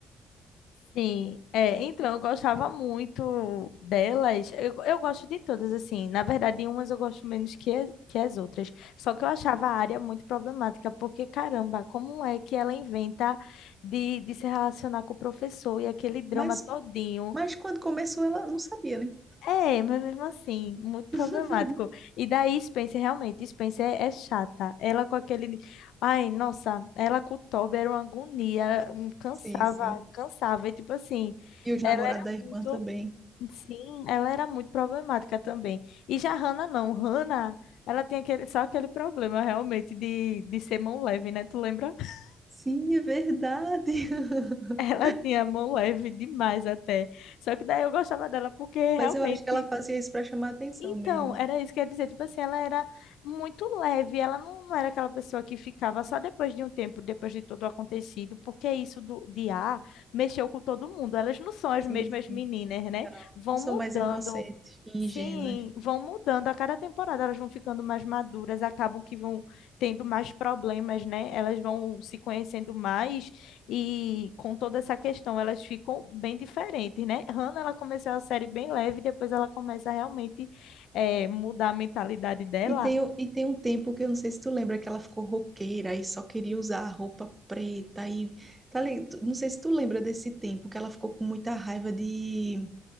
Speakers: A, on the left; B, on the right.
A: Sim, é, então eu gostava muito delas. Eu, eu gosto de todas, assim. Na verdade, umas eu gosto menos que, as- que as outras. Só que eu achava a área muito problemática, porque caramba, como é que ela inventa de, de se relacionar com o professor e aquele drama
B: Mas
A: todinho?
B: mas quando começou ela não sabia, né?
A: É, mas mesmo assim, muito problemático.
B: <laughs>
A: E daí Spencer, realmente, Spencer é, é chata. Ela com aquele. Ai, nossa, ela com o Toby era uma agonia, hum, cansava,
B: Sim, sim.
A: cansava. E tipo assim,
B: E os
A: ela
B: namorados
A: era
B: da
A: muito.
B: irmã também.
A: Sim, ela era muito problemática também. E já Hannah não. Hannah, ela tinha aquele, só aquele problema realmente de, de ser mão leve, né? Tu lembra? <laughs>
B: Sim, é verdade. <laughs>
A: Ela tinha mão leve demais até. Só que daí eu gostava dela porque realmente.
B: Mas eu acho que ela fazia isso para chamar atenção
A: Então,
B: mesmo.
A: era isso que eu ia dizer. Tipo assim, ela era muito leve. Ela não, não era aquela pessoa que ficava só depois de um tempo, depois de tudo acontecido, porque isso do, de ar mexeu com todo mundo. Elas não são as
B: Sim,
A: mesmas
B: sim.
A: meninas, né?
B: Não,
A: Vão
B: não são
A: mudando,
B: mais inocentes e
A: Sim,
B: ingênuas.
A: vão mudando a cada temporada, elas vão ficando mais maduras, acabam que vão tendo mais problemas, né? Elas vão se conhecendo mais e com toda essa questão elas ficam bem diferentes, né? Hannah, ela começou a série bem leve, depois ela começa a realmente eh, mudar a mentalidade dela.
B: E tem, o- e tem um tempo que eu não sei se tu lembra que ela ficou roqueira e só queria usar a roupa preta e tá, li- tu- não sei se tu lembra desse tempo que ela ficou com muita raiva de